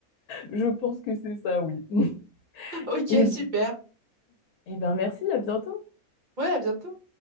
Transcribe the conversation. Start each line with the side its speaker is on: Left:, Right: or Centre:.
Left: je pense que c'est ça, oui. <laughs>
Right: Ok,
Left: Et,
Right: super.
Left: et ben merci, à bientôt.
Right: Ouais, à bientôt.